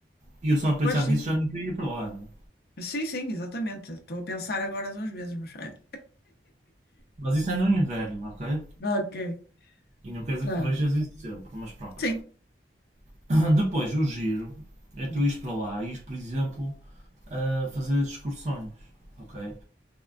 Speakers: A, on the right (about 40°); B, on the left (about 60°).
A: E eu só a pensar
B: Pois sim.
A: nisso já não queria ir para lá, não é?
B: Sim, sim, exatamente. Estou a pensar agora duas vezes, mas. <laughs>
A: Mas isso é no inverno, ok?
B: Ok.
A: E não quer dizer
B: Tá.
A: que vejas
B: bem.
A: isso sempre, mas pronto.
B: Sim.
A: <clears throat> Depois, o giro é tu
B: Diz.
A: ires para lá e ires, por exemplo, a fazer as excursões, ok?